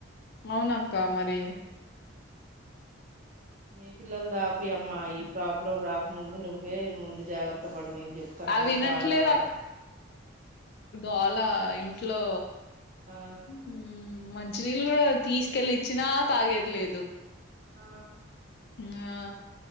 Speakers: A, on the left; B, on the right.
A: మౌనక్క మరి
B: మీ పిల్లలు దాపియమ్మ ఈ ప్రాబ్లం రాకు ముందు నువ్వే ముందు జాగ్రత్త పడు నేను చెప్తాన్నాగా
A: అవి వినట్లేదు
B: బాధలు పడా
A: వాళ్ళయ్ ఇంట్లో
B: ఆ
A: మ్మ్ మంచినీళ్ళు కూడా తీసుకెళ్లిచ్చినా తాగేది లేదు
B: ఆ
A: ఇంగా